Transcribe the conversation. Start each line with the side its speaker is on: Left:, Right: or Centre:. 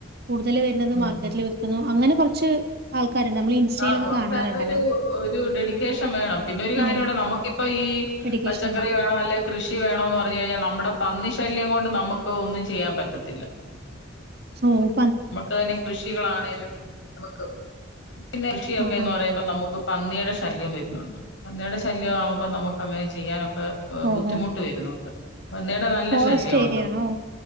Right: കൂടുതൽ വരുന്നത്
Left: ഉം
Right: മാർക്കറ്റിൽ വിൽക്കുന്നു അങ്ങനെ കുറച്ച് ആ കാര് നമ്മൾ ഇൻസ്റ്റയിലൊക്കെ
Left: ആ കുറച്ചതിനൊരു
Right: കാണറുണ്
Left: ഒരു ഡെഡിക്കേഷൻ വേണം പിന്നെ ഒരു കാര്യണ്ട്
Right: ഉം
Left: നമുക്കിപ്പ ഈ
Right: എഡ്യൂക്കേഷൻ
Left: പച്ചക്കറി വേണോ അല്ലെകി കൃഷി വേണോന്ന് പറഞ്ഞ കഴിഞ്ഞാൽ നമ്മുടെ പന്നി ശല്യം കൊണ്ട് നമുക്ക് ഒന്നും ചെയ്യാൻ പറ്റത്തില്ല
Right: മും
Left: നമുക്ക് തന്നെ കൃഷികളാണെലും നമുക്ക് പിന്നെ കൃഷിയൊക്കെന്ന്
Right: ആ ആ
Left: പറയുമ്പോ നമുക്ക് പന്നിയുടെ ശല്യം വരുന്നുണ്ട് പന്നിയുടെ ശ ശല്യമാവുമ്പോ നമുക്ക്ങ്ങനെ ചെയ്യാനൊക്കെ എ വേ
Right: ഓഹോ
Left: ബുദ്ധിമുട്ട് വരുന്നുണ്ട് പന്നീടെ നല്ല
Right: ഫോറസ്റ്റ്
Left: ശല്യം
Right: ഏരിയ
Left: ഉണ്ട്
Right: ആണോ